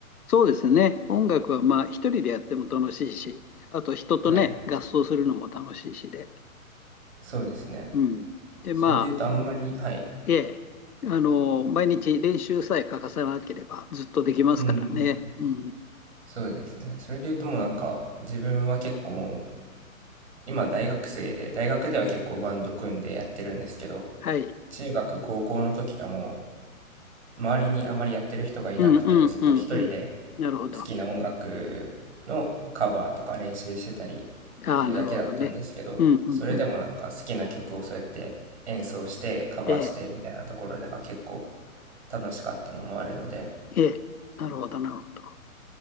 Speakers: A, on the left; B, on the right.
A: そうですね。音楽はまあ一人でやっても楽しいし、あと人とね、
B: はい、
A: 合奏するのも楽しいしで。
B: そうですね。
A: うん。で、
B: それで言うとあんまり、
A: まあ
B: はい。
A: ええ、あの、毎日練習さえ欠かさなければずっとできますからね。
B: うん。
A: うん。
B: そうですね。それで言うともうなんか自分は結構もう今大学生で大学では結構バンド組んでやってるんですけど
A: はい。
B: 中学高校の時はもう周りにあんまりやってる人がいなくてずっと一人で
A: うんうんうんうん。なるほど。
B: 好きな音楽のカバーとか練習してたりっていうだけだったんですけどそれでもなんか好きな曲をそうやって演奏してカバーしてみたいなところが結構
A: ああ、なるほどね。うんうんうん。ええ、
B: 楽しかったのもあるので、
A: ええ、なるほど、なるほど。